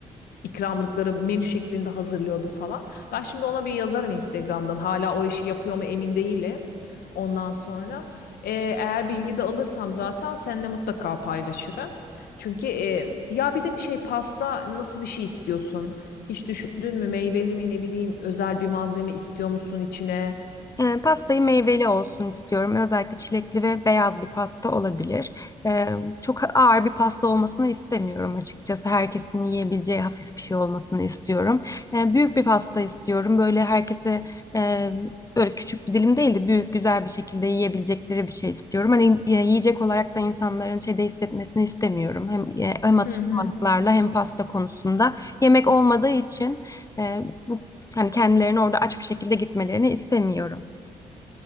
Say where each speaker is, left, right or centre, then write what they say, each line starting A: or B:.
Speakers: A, on the left; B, on the left.
A: ikramlıkları menü şeklinde hazırlıyordu falan. Ben şimdi ona bir yazarım Instagram'dan. Hala o işi yapıyor mu emin değilim. Ondan sonra e, eğer bilgi de alırsam zaten seninle mutlaka paylaşırım. Çünkü e, ya bir de şey pasta nasıl bir şey istiyorsun? Hiç düşündün mü meyveli mi ne bileyim özel bir malzeme istiyor musun içine?
B: E, pastayı meyveli
A: Fas-
B: olsun istiyorum. Özellikle çilekli ve beyaz bir pasta olabilir. E, çok ağır bir pasta olmasını istemiyorum açıkçası. Herkesin yiyebileceği hafif bir şey olmasını istiyorum. E, büyük bir pasta istiyorum. Böyle herkese e, böyle küçük bir dilim değil de büyük güzel bir şekilde yiyebilecekleri bir şey istiyorum. Hani e, yiyecek olarak da insanların şeyde hissetmesini istemiyorum. Hem, e, hem atıştırmalıklarla
A: Hı hı.
B: hem pasta konusunda. Yemek olmadığı için e, bu yani kendilerini orada aç bir şekilde gitmelerini istemiyorum.